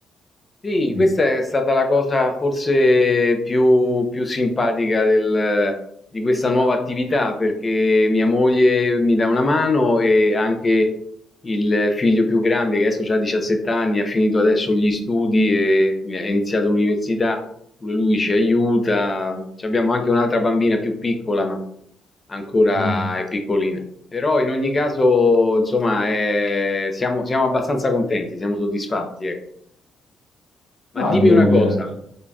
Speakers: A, on the left; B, on the left.
A: Sì,
B: Mm.
A: questa è stata la cosa forse più, più simpatica del- di questa nuova attività, perché mia moglie mi dà una mano e anche il figlio più grande, che adesso ha 17 anni, ha finito adesso gli studi e ha iniziato l'università, pure lui ci aiuta. Ci Abbiamo anche un'altra bambina più piccola, ma ancora
B: Mm.
A: è piccolina. Però in ogni caso, insomma, eh, siamo, siamo abbastanza contenti, siamo soddisfatti, ecco. Ma
B: Dai,
A: dimmi
B: bene,
A: una cosa,
B: bene, bene.